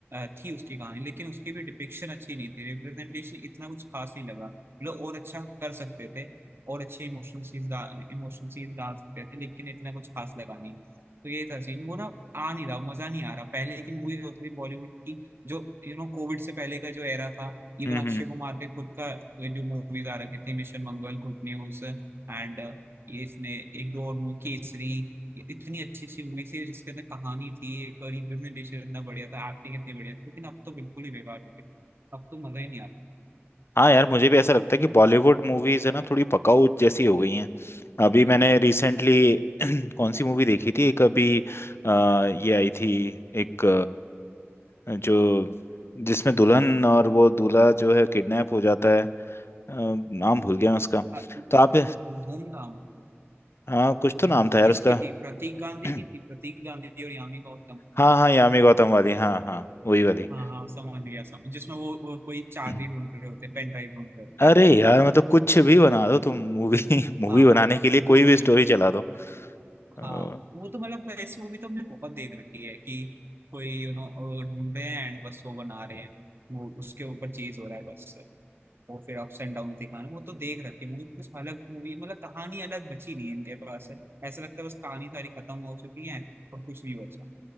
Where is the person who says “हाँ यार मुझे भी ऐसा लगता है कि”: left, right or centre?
Left